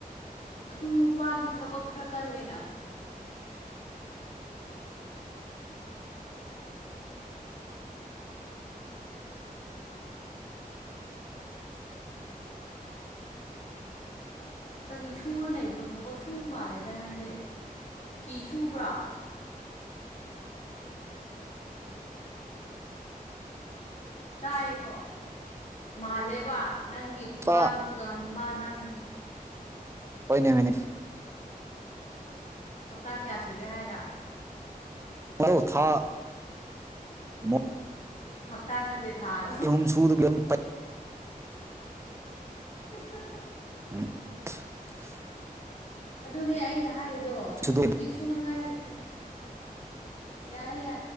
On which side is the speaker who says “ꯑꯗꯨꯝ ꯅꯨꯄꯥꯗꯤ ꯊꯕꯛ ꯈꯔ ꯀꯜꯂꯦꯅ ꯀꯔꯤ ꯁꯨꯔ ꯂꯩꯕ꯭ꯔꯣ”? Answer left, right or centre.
Left